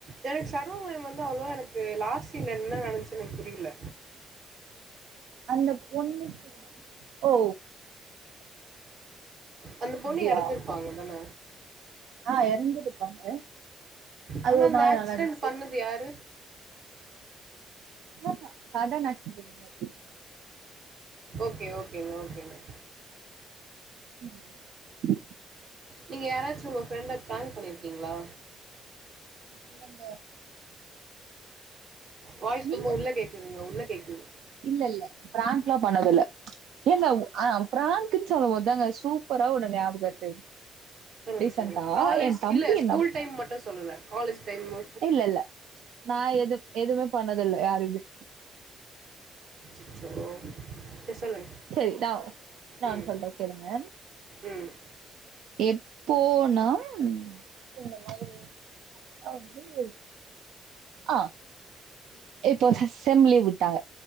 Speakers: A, on the right; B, on the right.
A: எனக்கு சர்வமயம் வந்து அவ்ளவா எனக்கு லாஸ் சீன் ல என்ன நடந்ச்சுன்னு எனக்கு புரில
B: அந்த பொண்ணுக்கு ஓ
A: அந்த பொண்ணு
B: அப்டியா
A: இறந்திருப்பாங்க தான
B: ஆ இறந்துடுப்பாங்க அது
A: ஆனா
B: ஒரு
A: அந்த
B: மாரி
A: ஆக்சிடென்ட்
B: நல்லா இருந்துச்சு
A: பண்ணது யாரு
B: ஆ சதா நாச்சுங்கிருந்தது
A: ஓகே ஓகேமா ஓகேமா
B: ம்
A: நீங்க யாராச்சு உங்க ஃபிரெண்ட பிராங் பண்ணிருகீங்ளா
B: இல்லங்க
A: வாய்ஸ்
B: நீங்க
A: ரொம்ப உள்ள கேக்குதுங்க உள்ள கேக்குது
B: இல்ல இல்ல பிராங்க்லா பண்ணது இல்ல இல்ல இல்ல உ அ பிராங்க்ன் சொல்ல போதாங்க சூப்பரா ஒன்னு ஞாபகம் வருது
A: சொல்லுங்க
B: ரீசன்டா
A: சொல்லுங்க காலேஜ்
B: எ தம்பி
A: இல்ல ஸ்கூல்
B: என்னப்
A: டைம் மட்டு சொல்லுல காலேஜ் டைமு
B: இல்ல இல்ல நா எது எதுமே பண்ணதுல்ல யாருமே
A: அச்சோ செரி சொல்லுங்க
B: சேரி நா நா
A: ம்
B: ஒன்னு சொல்றே கேளுங்க
A: ம்
B: எப்போனா இந்த மாரி அவ்வு எ ஆ இப்போ சிஸ்டம்லே விட்டாங்க